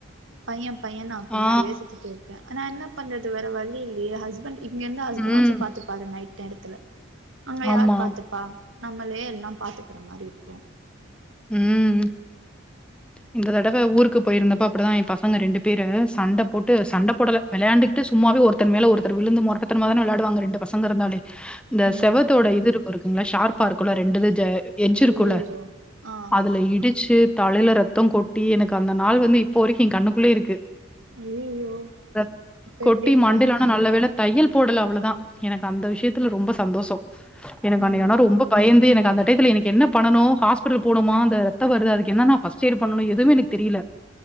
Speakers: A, on the right; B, in the centre.
A: பையெ பையெ நா பின்னாடி
B: ஆ.
A: ஏசிதுட்டு இருகே ஆனா என்ன பண்றது வேற வழியெ இல்லிய ஹஸ்பண்ட் இங்க இருந்து ஹஸ்பண்ட
B: ம்.
A: வச்சு பாத்துபாரு நைட் நேரத்ல அங்க
B: ஆமா.
A: யார் பாத்துப்பா நம்ளே எல்லா பாத்துக்ற மாரி இருக்கொ
B: உம் இந்த தடவ ஊருக்கு போய்ருந்தப அப்டிதா ஏ பசங்க ரெண்டு பே பிரு சண்டை போட்டு சண்டை போடல விளையாண்டுகிட்டு சும்மாவே ஒருத்தங்க மேல ஒருத்தர் விழுந்து மொறட்டுத்தனமா தான விளாடுவாங்க ரெண்டு பசங்க இருந்தாலே இந்த
A: ம்
B: செவத்தோட இது இருக்கு இருக்குங்களா ஷார்ப்பா இருக்குல்ல ரெண்டு இது ஜ எஞ்சிருக்குல
A: ஐயயோ ஆ
B: அதுல இடிச்சு தலையில ரத்தோ கொட்டி எனக்கு அந்த நாள் வந்து இப்போ வரைக்கு என் கண்ணுக்குள்ளே இருக்கு
A: ஐயயோ
B: ரத்
A: இப்ப
B: கொட்டி
A: எப்டி இருக்கு
B: மாண்டேல ஆனா நல்ல வேள தையல் போடல அவ்வளோதா எனக்கு அந்த விஷயத்தில ரொம்ப சந்தோஷோ எனக்கு
A: ம்
B: ஆனா ரொம்ப பயந்து எனக்கு அந்த டையத்துல எனக்கு என்ன பண்ணனு போனுமா அந்த ரத்த வருது என்ன பஸ்ட் இயர் பண்ணணு எதுவுமே எனக்கு தெரியல